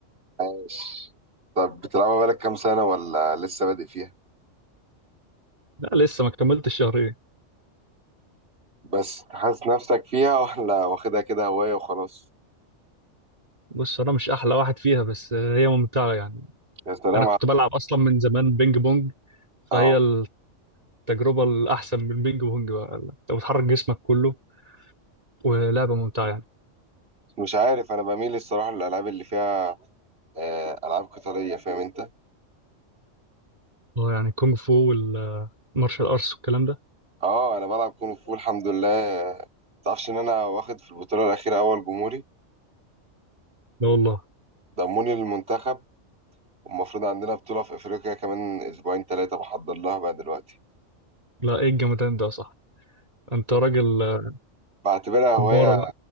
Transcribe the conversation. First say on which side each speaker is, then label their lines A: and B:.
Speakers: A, on the right (about 55°); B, on the right (about 30°).
A: عاش طب بتلعبها بقالك كام سنه ولا لسه بادئ فيها
B: لا لسه ما كملتش شهرين
A: بس حاسس نفسك فيها ولا واخدها كده هوايه وخلاص
B: بص انا مش احلى واحد فيها بس آه، هي ممتعه يعني
A: يا سلام
B: انا كنت
A: على
B: بلعب اصلا من زمان بينج بونج فهي
A: اه
B: التجربه الاحسن من البينج بونج بقى انت بتحرك جسمك كله ولعبه ممتعه يعني
A: مش عارف انا بميل الصراحه للالعاب اللي فيها آه، العاب قتاليه فاهم انت
B: اه يعني كونغ فو والمارشال ارتس والكلام ده
A: اه انا بلعب كونغ فو الحمد لله آه، تعرفش ان انا واخد في البطوله الاخيره اول جمهوري
B: لا والله
A: ضموني للمنتخب والمفروض عندنا بطوله في افريقيا كمان اسبوعين ثلاثه بحضر لها بقى دلوقتي
B: لا ايه الجمدان ده يا صاحبي انت راجل آه،
A: بعتبرها هواية
B: كبارة